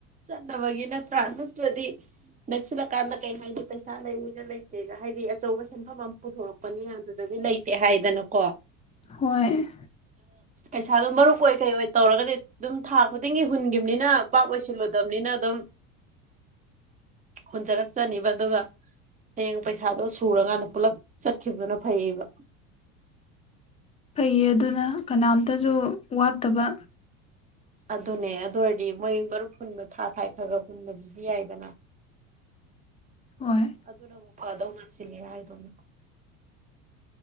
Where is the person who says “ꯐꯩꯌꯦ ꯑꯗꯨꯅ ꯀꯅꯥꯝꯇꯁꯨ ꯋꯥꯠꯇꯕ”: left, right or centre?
Left